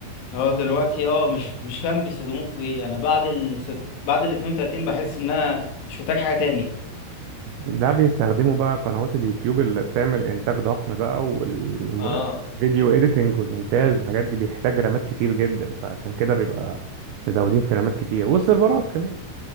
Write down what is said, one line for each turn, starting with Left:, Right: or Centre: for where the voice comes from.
Left: اه دلوقتي اه مش مش فاهم بيستخدموه في ايه انا بعد ال ست... بعد ال 32 بحس ان انا مش محتاج حاجه تاني
Right: ده بيستخدموا بقى قنوات اليوتيوب اللي بتعمل انتاج ضخم بقى والفيديو
Left: اه
Right: اديتنج والمونتاج والحاجات دي بيحتاج رامات كتير جدا فعشان كده بيبقى مزودين في رامات كتير والسيرفرات كمان